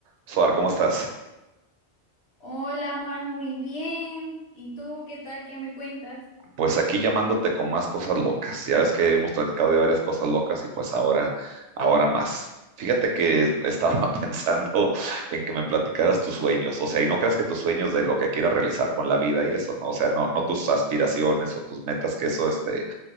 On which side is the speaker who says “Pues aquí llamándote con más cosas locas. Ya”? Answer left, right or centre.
Right